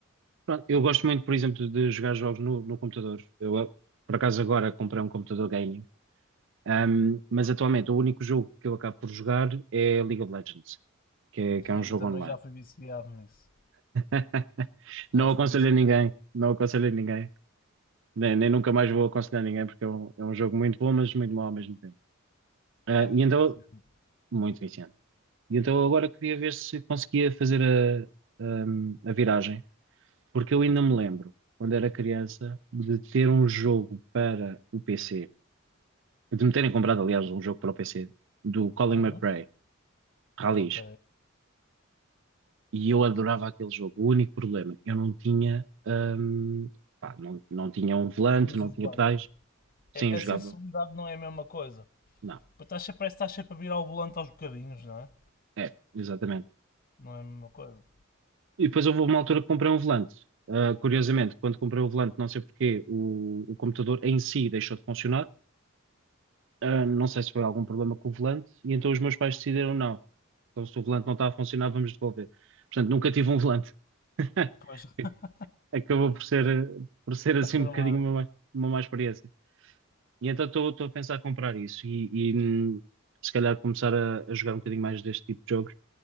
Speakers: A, on the right; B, on the left.
A: pronto, eu gosto muito, por exemplo, de jogar jogos no, no computador. Eu, eh, por acaso, agora comprei um computador gaming. Ahm,
B: <laughs>
A: mas atualmente o único jogo que eu acabo por jogar é League of Legends, que é, que é um
B: Eu
A: jogo
B: também
A: online.
B: já fui viciado nisso.
A: <laughs>
B: Já
A: Não
B: fui
A: aconselho
B: viciado.
A: a ninguém, não aconselho a ninguém, nem, nem nunca mais vou aconselhar ninguém, porque é um, é um jogo muito bom, mas muito mau ao mesmo tempo. Ah,
B: É
A: e
B: muito
A: então,
B: viciado.
A: muito viciante. E então agora queria ver se conseguia fazer a, a, a viragem Porque eu ainda
B: Ok.
A: me lembro, quando era criança, de ter um jogo para o PC, de me terem comprado, aliás, um jogo para o PC, do Colin
B: Uhum.
A: McRae, Rallies,
B: Ok.
A: e eu adorava aquele jogo. O único problema, eu não tinha, hum, pá, não, não tinha um volante,
B: Dias
A: não
B: o
A: tinha
B: volante.
A: pedais, sim,
B: É- É-
A: eu jogava,
B: A sensibilidade não é a mesma coisa.
A: não,
B: Pois estás sempre, parece que estás sempre a virar o volante aos bocadinhos, não é?
A: é, exatamente.
B: Não é a mesma coisa.
A: E depois houve uma altura que comprei um volante. Ah, curiosamente, quando comprei o volante, não sei porquê, o, o computador em si deixou de funcionar. Ah, não sei se foi algum problema com o volante, e então os meus pais decidiram não. Então, se o volante não está a funcionar, vamos devolver. Portanto, nunca tive um volante. <laughs>
B: Pois, <laughs>
A: Acabou por ser, por ser
B: estás
A: assim
B: tramado.
A: um bocadinho uma, má- uma má experiência. E então estou a pensar comprar isso e, e, hum, se calhar começar a, a jogar um bocadinho mais deste tipo de jogos,